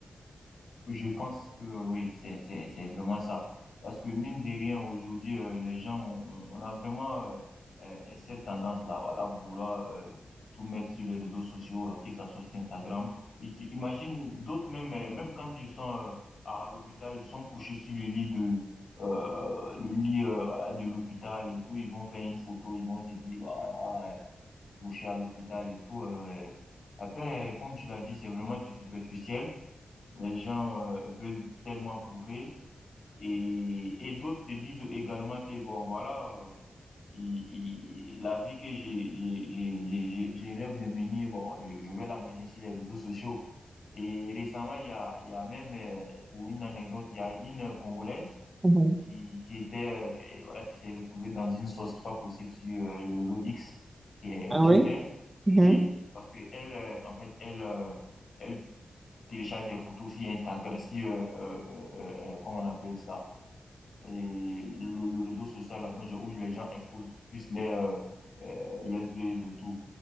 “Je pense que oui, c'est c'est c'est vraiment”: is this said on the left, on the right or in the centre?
Left